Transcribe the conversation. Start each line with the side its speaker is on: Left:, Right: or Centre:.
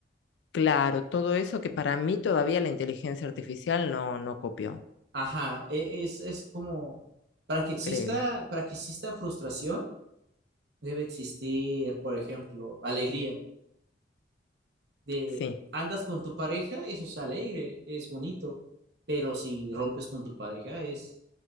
Left: claro, todo eso que para mí todavía la inteligencia artificial no, no copió,
Right: Ajá, e- es, es como, para que exista,
Left: creo.
Right: para que exista frustración, debe existir, por ejemplo, alegría. De
Left: Sí,
Right: andas con tu pareja, eso es alegre, es bonito, pero si rompes con tu pareja, es,